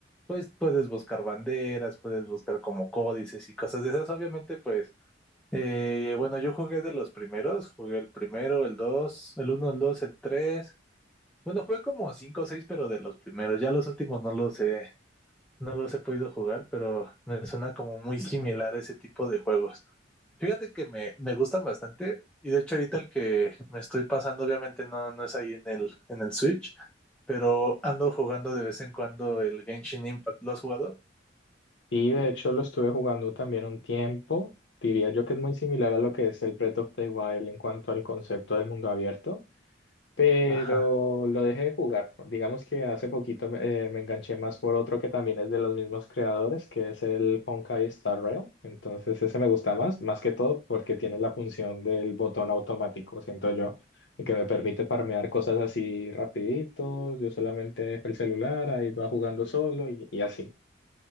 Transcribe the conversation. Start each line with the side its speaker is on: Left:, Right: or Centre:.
Centre: pues puedes buscar banderas, puedes buscar como códices y cosas de esas. Obviamente, pues, eh, bueno, yo jugué de los primeros, jugué el primero, el dos, el uno, el dos, el tres. Bueno, jugué como cinco o seis, pero de los primeros. Ya los últimos no los he, no los he podido jugar, pero me suena como muy similar ese tipo de juegos. Fíjate que me, me gustan bastante y de hecho ahorita el que me estoy pasando obviamente no, no es ahí en el, en el Switch, pero ando jugando de vez en cuando el Genshin Impact. ¿Lo has jugado?
Left: Y de hecho lo estuve jugando también un tiempo. Diría yo que es muy similar a lo que es el Breath of the Wild en cuanto al concepto de mundo abierto, pero
Centre: Ajá.
Left: lo dejé de jugar. Digamos que hace poquito me, eh, me enganché más por otro que también es de los mismos creadores, que es el Honkai Star Rail. Entonces ese me gusta más, más que todo porque tiene la función del botón automático, siento yo, que me permite farmear cosas así rapiditos. Yo solamente dejo el celular, ahí va jugando solo y y así.